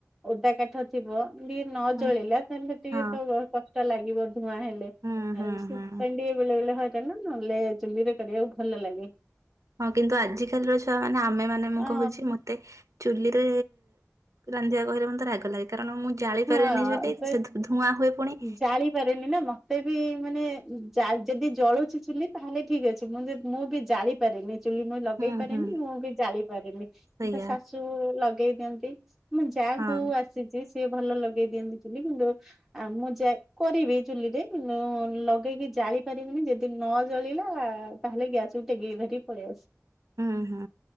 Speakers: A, in the centre; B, on the right (about 80°).
A: ଓଦା କାଠ ଥିବ ଟିକିଏ ନ
B: ହୁଁ
A: ଜଳିଲା ତାହେଲେ ଟିକେ
B: ହଁ
A: ତ <unintelligible> କଷ୍ଟ ଲାଗିବ ଧୂଆଁ ହେଲେ।
B: ହୁଁ ହୁଁ
A: ଆଉ ସେ
B: ହୁଁ
A: <unintelligible> ବେଲେ ବେଲେ ହେ କନା ନହେଲେ ଚୁଲିରେ କରିବାକୁ ଭଲ ଲାଗେ।
B: ହଁ କିନ୍ତୁ ଆଜିିକାଲିର ଛୁଆମାନେ ଆମେ ମାନେ ମୁଁ
A: ଅ
B: କହୁଛି ମୋତେ ଚୁଲିରେ ରାନ୍ଧିବା କହିଲେ ମୋତେ ରାଗ ଲାଗେ। କାରଣ ମୁଁ ଜାଳିପାରେନି
A: ହଁ
B: ଚୁଲି
A: ତ
B: ସେ ଧୂ- ଧୂଆଁ ହୁଏ ପୁଣି।
A: ଜାଳି ପାରେନି ନା ମୋତେ ବି ମାନେ ଯା- ଯଦି ଜଳୁଛି ଚୁଲି ତାହେଲେ ଠିକ ଅଛି। <unintelligible> ମୁଁ ଯେ ମୁଁ ବି ଜାଳି ପାରେନି। ଚୁଲି ମୁଇଁ ଲଗେଇ
B: ହୁଁ
A: ପାରେନି
B: ହୁଁ
A: ମୁଁ ବି ଜାଳି ପାରେନି।
B: ସେଇଆ
A: ତ ଶାଶୁ ଲଗେଇ ଦିଅନ୍ତି। ମୁଁ ଯା ଙ୍କୁ
B: ହଁ
A: ଆସିଛି ସିଏ ଭଲ ଲଗେଇ ଦିଅନ୍ତି ଚୁଲି। କିନ୍ତୁ ଆ, ମୁଁ ଯେ କରିବି ଚୁଲିରେ ନ-ଲଗେଇକି ଜାଳି ପାରିବିନି। ଯଦି ନ ଜଳିଲା ତାହେଲେ ଗ୍ୟାସ୍ କୁ ଟେକିକି ଧରିକି ପଳି ଆସ।
B: ହୁଁ, ହଁ।